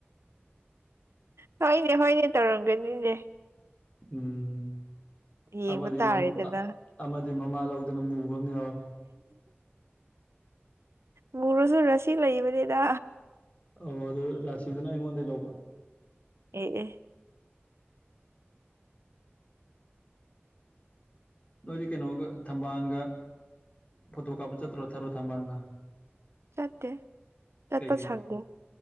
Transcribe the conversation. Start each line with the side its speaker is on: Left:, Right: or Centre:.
Right: ꯍꯣꯏꯅꯦ ꯍꯣꯏꯅꯦ ꯇꯧꯔꯝꯒꯅꯤꯅꯦ
Left: ꯎꯝ
Right: ꯌꯦꯡꯕ
Left: ꯑꯃꯗꯤ
Right: ꯇꯥꯔꯦꯗꯅ
Left: ꯃꯝ ꯑꯃꯗꯤ ꯃꯃꯥ ꯂꯧꯗꯅ ꯃꯨꯕ ꯑꯃ ꯌꯥꯎꯔꯦ
Right: ꯃꯨꯔꯁꯨ ꯔꯁꯤ ꯂꯩꯕꯅꯤꯗ
Left: ꯑꯧ ꯑꯗꯨ ꯔꯥꯁꯤꯗꯨꯅ ꯑꯩꯉꯣꯟꯗꯩ ꯂꯧꯕ
Right: ꯑꯦ ꯑꯦ
Left: ꯅꯣꯏꯗꯤ ꯀꯩꯅꯣꯒ ꯊꯝꯕꯥꯜꯒ ꯐꯣꯇꯣ ꯀꯥꯞꯄ ꯆꯠꯇ꯭ꯔꯣ ꯊꯔꯣ ꯊꯝꯕꯥꯜꯒ
Right: ꯆꯠꯇꯦ ꯆꯠꯄ
Left: ꯀꯩꯒ
Right: ꯁꯪꯗꯦ